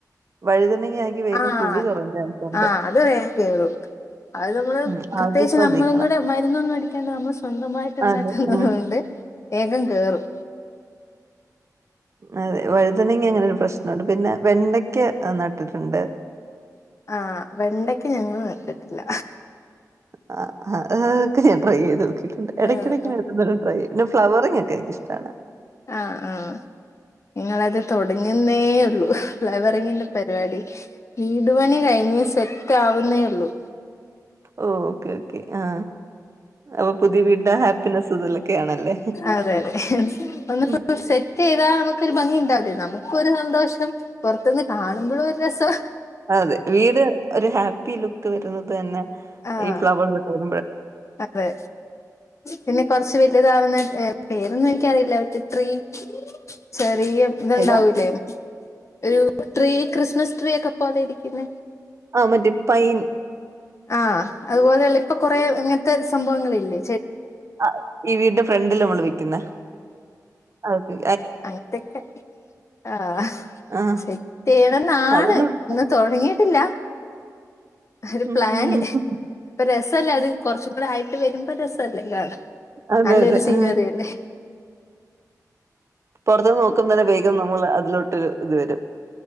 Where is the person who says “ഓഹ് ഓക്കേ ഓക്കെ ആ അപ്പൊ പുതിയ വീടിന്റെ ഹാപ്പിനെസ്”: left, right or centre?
Right